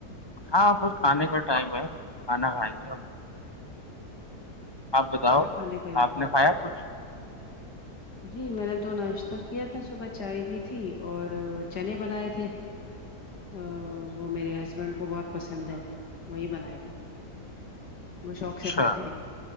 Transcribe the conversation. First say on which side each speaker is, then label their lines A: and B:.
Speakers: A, on the left; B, on the left.
A: ہاں بس کھانے کا ٹائم ہے کھانا کھائیں گے آپ بتاؤ
B: کیا کھانے کا ارادہ
A: آپ نے
B: ہے
A: کھایا کچھ
B: جی میں نے تو ناشتہ کیا تھا صبح چائے بھی تھی اور چنے بنائے تھے
A: <unintelligible>
B: ا وہ میرے ہسبینڈ کو بہت پسند ہے وہی بنائے تھے وہ شوق
A: اچھا
B: سے کھاتے ہیں